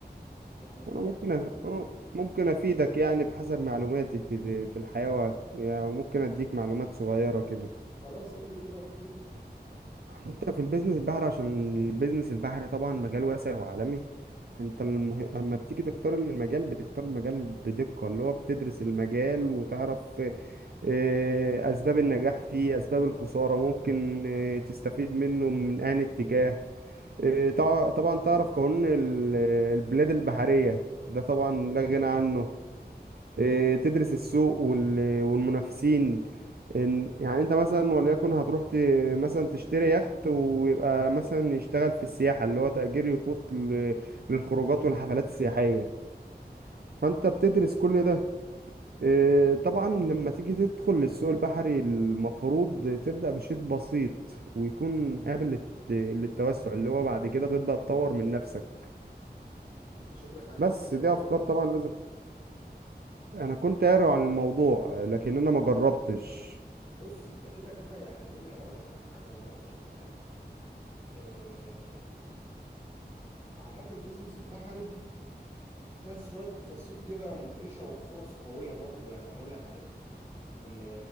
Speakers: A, on the left; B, on the right.
A: يعني
B: وانا
A: هو
B: ممكن
A: قال
B: أف-
A: لي
B: أنا ممكن افيدك يعني بحسب معلوماتي في دي- في الحياة وهك- يعني وممكن اديك معلومات صغيرة كده
A: خلاص قول لي كده واحكي لي
B: انت في البيزنس البحري عشان البيزنس البحري طبعا مجال واسع وعالمي انت المه... اما بتيجي تختار المجال بتختار المجال بدقة اللي هو بتدرس المجال وتعرف إيه، اسباب النجاح فيه اسباب الخسارة ممكن إيه، تستفيد منه من انهي اتجاه إيه، تع- طبعا تعرف قانون ال- البلاد البحرية ده طبعا لا غنى عنه إيه، تدرس السوق وال- والمنافسين إن- يعني انت مثلا وليكن هتروح ت- مثلا تشتري يخت ويبقى مثلا يشتغل في السياحة اللي هو تأجير يخوت ل- للخروجات والحفلات السياحية فانت بتدرس كل ده إيه، طبعا لما تيجي تدخل للسوق البحري المفروض تبدأ بشيء بسيط ويكون قابل للت- للتوسع اللي هو بعد كده تبدأ تطور من نفسك
A: أنت شكلك عندك
B: بس
A: فكرة
B: دي
A: كبيرة
B: افكار طبعا لازم انا كنت قاري عن الموضوع لكن انا ما جربتش
A: بص أنت كده كده يعني إيه أقول لك على حاجة برضه عشان تبقى عارف آه أعماق البيزنس البحري فيها شوية تفاصيل كده مدهشة وفرص قوية برضو يعني هقول لك عليها ال-